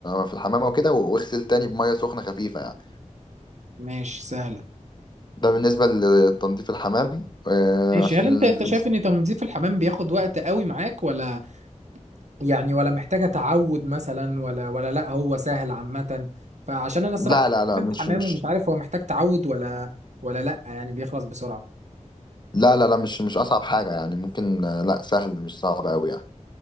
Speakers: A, on the left (about 35°); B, on the right (about 65°).
A: في الحمامه وكده واغسل تاني بميه سخنه خفيفه يعني
B: ماشي سهلة
A: ده بالنسبه لتنظيف الحمام آه،
B: ماشي
A: عشان
B: هل انت انت
A: الفلس...
B: شايف ان تنظيف الحمام بياخد وقت قوي معاك ولا يعني ولا محتاجة تعود مثلا ولا ولا لا هو سهل عامة فعشان انا الصراحة
A: لا لا لا
B: عملت
A: مش
B: حمام
A: مش
B: ومش عارف هو محتاج تعود ولا ولا لا يعني بيخلص بسرعة
A: لا لا لا مش مش اصعب حاجه يعني ممكن آه، لا سهل مش صعب قوي يعني